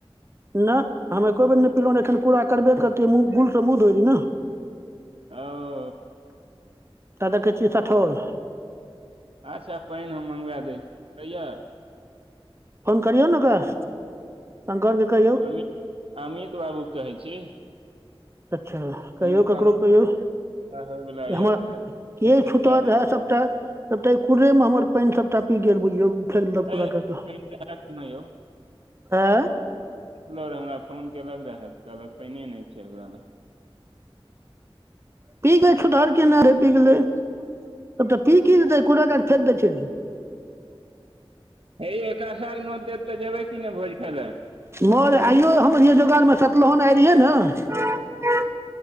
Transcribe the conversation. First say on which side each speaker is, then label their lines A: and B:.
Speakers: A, on the right (about 25°); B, on the right (about 70°).
A: नैह हमे कोई बेर नहि पिलहुँ, एखन कूरा करबे करतियै मुँह गुलसँ मुँह धोतीय ने।
B: आओ।
A: ता देखई छियै सठोल।
B: अच्छा पाइन हम मँगबा दैछी कहियै
A: फोन करयो ने ओकरा शंकरके कहियो
B: मित -अमित बाबू कहैत छी।
A: अच्छा कहियौ
B: अमित
A: ककरो
B: बाबू
A: कहियौ
B: होयवला यए
A: हमर
B: तऽ पानि
A: के
B: तऽ
A: छूतहर
B: पियाबी
A: रहै सब त सबटा कुरे मे हमर पाइन सबटा पी गेल बुझियौ। फेक देल
B: है,
A: कुड़ा
B: पानि
A: कैड़ कऽ
B: रहए कि नहि
A: ए?
B: देखलौ रेहा तो हमरा फोन केलक रेहा तऽ कहलक पाइने नै छै ओकरा लग।
A: पी गेल छुतहर केना रे पी गेलै उ तऽ पी की देतै कूड़ कर फेेक दै छै।
B: हे यौ एकाशा नोत देब तऽ जेबै की नेै भोज खाय लए।
A: मर आइयो हम रहियै जोगार मे सतलहन आइ रहियै न।